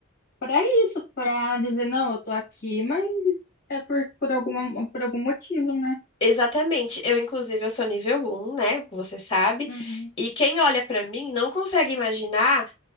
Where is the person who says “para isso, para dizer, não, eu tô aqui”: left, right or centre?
Left